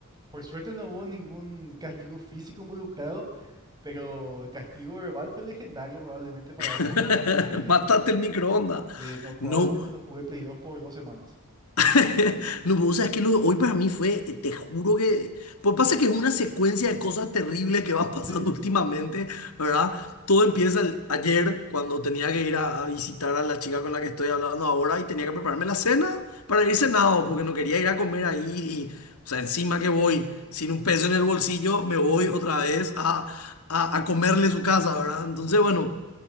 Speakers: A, on the right; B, on the left.
A: por suerte no hubo ningún castigo físico involucrado, pero el castigo verbal fue legendario probablemente para
B: <laughs>
A: ese momento de mi vida.
B: Mataste el microondas.
A: Eh, no, probablemente
B: No,
A: no jugué Play 2 por dos semanas.
B: <laughs> No, vos sabés que lo de hoy para mí fue, eh, te juro que, pues pasa que es una secuencia de cosas terribles que van pasando
A: Sí,
B: <laughs> últimamente, ¿verdad? Todo empieza el- ayer cuando tenía que ir a, a visitar a la chica con la que estoy hablando ahora y tenía que prepararme la cena para ir cenado porque no quería ir a comer ahí y, o sea, encima que voy sin un peso en el bolsillo, me voy
A: sí,
B: otra vez a, a, a comerle su casa, ¿verdad? Entonces, bueno,